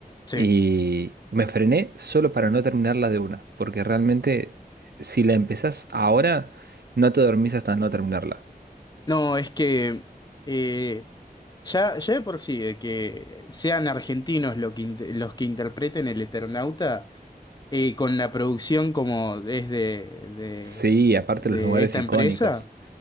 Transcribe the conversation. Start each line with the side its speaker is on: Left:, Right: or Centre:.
Left: sí.
Right: y me frené solo para no terminarla de una, porque realmente si la empezás ahora, no te dormís hasta no terminarla.
Left: No, es que eh, ya, ya de por sí, de que sean argentinos lo que int- los que interpreten el Eternauta, eh, con la producción como es de, de
Right: Sí, aparte
Left: de
Right: los lugares
Left: esta
Right: icónicos.
Left: empresa.